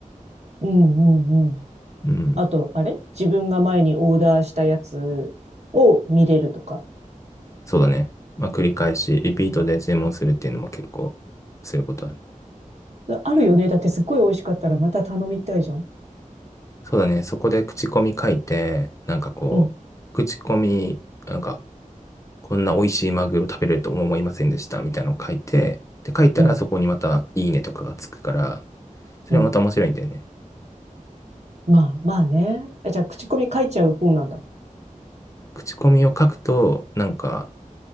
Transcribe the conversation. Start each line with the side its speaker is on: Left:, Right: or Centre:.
Right: うんうんうん。
Left: うん。
Right: あと、あれ自分が前にオーダーしたやつを見れるとか。
Left: そうだね。まあ、繰り返し、リピートで注文するっていうのも結構することある。
Right: あるよね。だってすっごい美味しかったらまた頼みたいじゃん。
Left: そうだね。そこで口コミ書いて、なんかこう、
Right: うん。
Left: 口コミ、なんか、こんな美味しいマグロ食べれると思いませんでしたみたいなのを書いて、で、書いたらそこにまたいいねとかがつくから、
Right: うん、
Left: それはまた面白いんだよね。
Right: うん。まあ、まあね。え、じゃあ、口コミ書いちゃう方なんだ。
Left: 口コミを書くと、なんか、